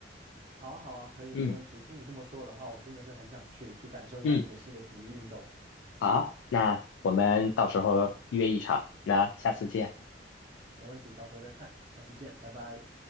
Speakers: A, on the right; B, on the left.
A: 好啊，好啊，可以，
B: 嗯
A: 没问题。听你这么说的话，我真的是很想去，去感受一下这个新的体育运动。
B: 嗯。好，那我们到时候约一场，那下次见。
A: 没问题，到时候再看，下次见，拜拜。